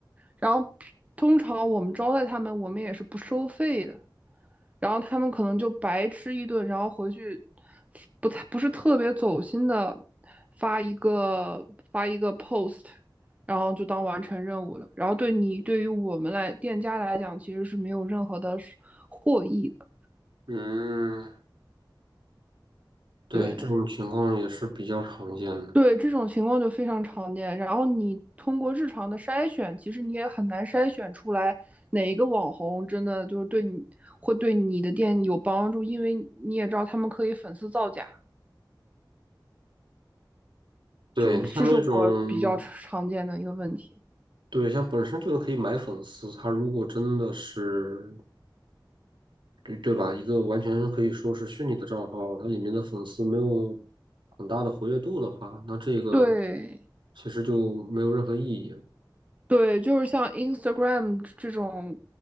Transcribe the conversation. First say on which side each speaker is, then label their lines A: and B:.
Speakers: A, on the right; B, on the right.
A: 然后通常我们招待他们，我们也是不收费的。然后他们可能就白吃一顿，然后回去不太不是特别走心的发一个发一个 post，然后就当完成任务了。然后对你对于我们来店家来讲，其实是没有任何的获益的。
B: 嗯，对，
A: 对
B: 这种情况也是比较常见的。
A: 对，这种情况就非常常见。然后你通过日常的筛选，其实你也很难筛选出来哪一个网红真的就是对你会对你的店有帮助，因为你也知道他们可以粉丝造假。
B: 对，
A: 就是这是我比较常见的一个问题。
B: 你像那种，对，像本身就可以买粉丝，他如果真的是，对对吧？一个完全可以说是虚拟的账号，它里面的粉丝没有很大的活跃度的话，那这个
A: 对
B: 其实就没有任何意义
A: 对，就是像 Instagram 这种，